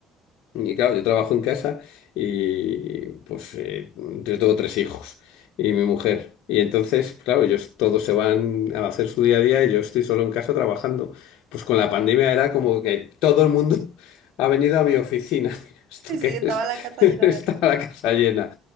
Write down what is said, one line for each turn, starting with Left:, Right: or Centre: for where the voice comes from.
Left: Y claro, yo trabajo en casa y pues eh, yo tengo tres hijos y mi mujer. Y entonces, claro, ellos todos se van a hacer su día a día y yo estoy solo en casa trabajando. Pues con la pandemia era como que todo el mundo <laughs> ha venido a mi oficina. <laughs> ¿Esto
Right: y
Left: qué
Right: sí, estaba
Left: es?
Right: la casa
Left: <laughs> Estaba
Right: llena de gente.
Left: la casa llena.